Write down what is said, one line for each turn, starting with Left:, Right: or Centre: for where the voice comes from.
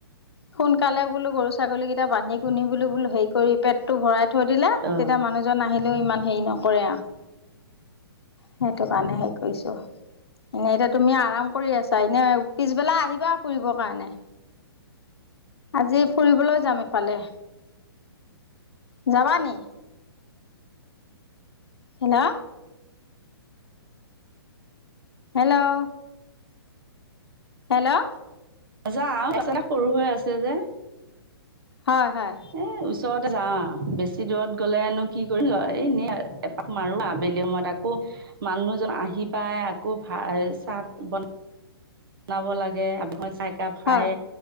Left: সোনকালে বোলো গৰু ছাগলী কেইটা বান্ধি কুনি বো বোলো হেৰি কৰি পেটতো ভৰাই থৈ দিলে
Right: অ
Left: তেতিয়া মানুহজন আহিলেও ইমান হেৰি নকৰে আৰু সেইটো কাৰণে হেৰি কৰিছোঁ। এনেই এতিয়া তুমি আৰাম কৰি আছা এনে পিছবেলা আহিবা ফুৰিব কাৰণে। আজি ফুৰিবলৈ যাম ইফালে যাবা নি‌? হেল্ল' হেল্ল' হেল্ল'
Right: যা আচতে সৰু হৈ আছে যে
Left: হয় হয়
Right: এ ওচৰতে যা বেছি দূৰত গ'লে আনো কি কৰিম এনেই মাৰো আবেলি সময়ত আকৌ মানুহজন আহি পাই আকৌ ভাত চাহ বনাই বনাব লাগে আবেলি সময়ত চাহকাপ খায়
Left: হয়